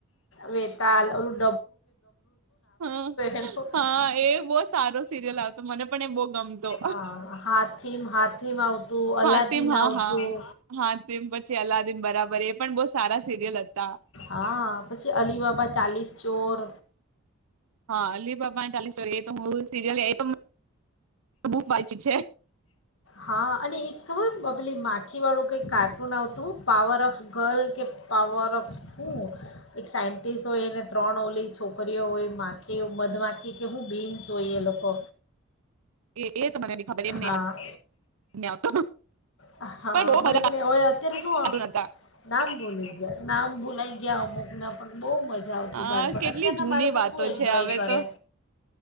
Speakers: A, on the left; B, on the right.
A: વેતાલ ઓલુ
B: હ
A: એનું
B: હા એ બવ સારો સિરિયલ આવતો મને આપણે બોગ ગમતો,
A: હા હાથીમ હાથીમ આવતું અલાદીન
B: હાતિમ હા-હા
A: આવતું
B: હાતિમ પછી અલ્લાદીન બરાબર એ પણ બવ સારા સિરીયલ હતા.
A: હા પછી અલીબબા ચાલીસ ચોર
B: હા અલ્લી બાપા તાલી <unintelligible> સિરિયલ એ બવ વાચી છે.
A: હા અને એક ખબર પેલી માખીવાળું કંઈક કાર્ટૂન આવતું પાવર ઓફ ગર્લ કે પાવર ઓફ હું એક સાયન્ટિસ્ટ હોય એને ત્રણ ઓલી છોકરીઓ હોય માખી મધમાખી કે હું બિન્સ હોય એ લોકો
B: એ એ તો મને ન ખબર એ મને
A: હા
B: ની આવતો
A: હા
B: પણ બો
A: મને
B: બધા
A: પણ હવે અત્યારે શું
B: કાર્ટૂન હતા.
A: નામ ભૂલી ગયા નામ ભોલાઈ ગયા અમુક નામ પણ બહુ મ જા આવતી
B: હા
A: બાળપણ.
B: કેટલી
A: અત્યારના
B: જૂની
A: બાળકો
B: વાતો
A: શું એન્જોય
B: છે હવે
A: કરે,
B: તો